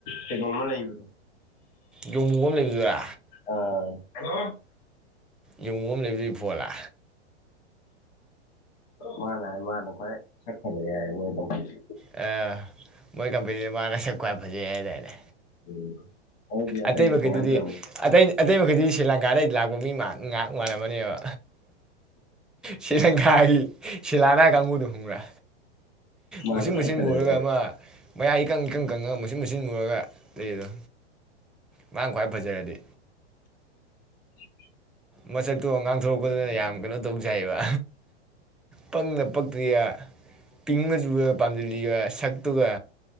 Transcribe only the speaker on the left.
ꯀꯩꯅꯣꯝꯃ ꯂꯩꯕꯗꯣ꯫
ꯑꯥ ꯍꯂꯣ꯫
ꯃꯥꯅ ꯍꯥꯏ ꯃꯥꯅ ꯈꯋ꯭ꯥꯏ ꯁꯛ ꯐꯖꯩ ꯍꯥꯏ ꯃꯣꯏ ꯀꯝꯄꯅꯤ꯫
<unintelligible> ꯑꯇꯩꯗꯤ
ꯀꯃꯥꯏꯅ ꯇꯧꯔꯝꯃꯤ
ꯃꯥꯅ
ꯈ꯭ꯋꯥꯏ
ꯐꯖꯩ
<unintelligible>